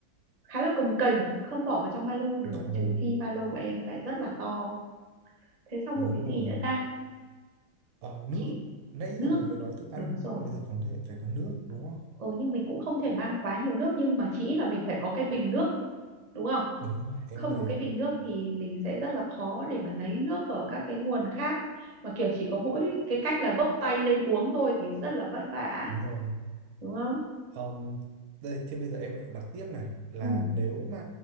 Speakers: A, on the right; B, on the right.
A: khá là cồng kềnh không bỏ vào trong ba lô được
B: dạ
A: trừ
B: vâng
A: phi ba lô của em phải rất là to thế xong
B: đúng
A: rồi cái
B: rồi
A: gì nữa ta
B: ờ nước
A: chị
B: nãy
A: nước
B: giờ mình mới nói thức ăn
A: đúng rồi
B: bây giờ còn thể phải có nước đúng không
A: ừ nhưng mình cũng không thể mang quá nhiều nước nhưng mà chỉ là mình phải có cái bình nước đúng không
B: đúng rồi em
A: không
B: nghĩ thế
A: có cái bình nước thì mình sẽ rất là khó để mà lấy nước ở các cái nguồn khác mà kiểu chỉ có mỗi cái cách là vốc tay lên uống thôi thì rất là vất vả
B: đúng rồi
A: đúng không
B: Ờm, đây, thế bây giờ em lại đặt tiếp này là
A: ừ
B: nếu mà